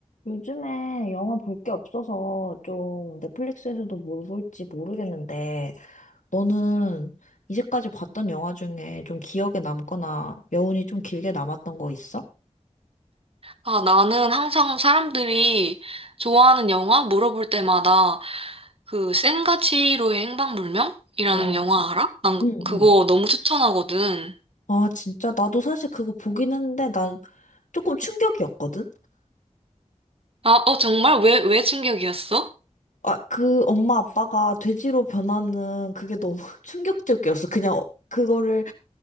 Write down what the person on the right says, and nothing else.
아, 나는 항상 사람들이 좋아하는 영화 물어볼 때마다 그 센가치로의 행방불명이라는
영화 알아? 난
그거
너무 추천하거든.
아, 어, 정말? 왜, 왜 충격이었어?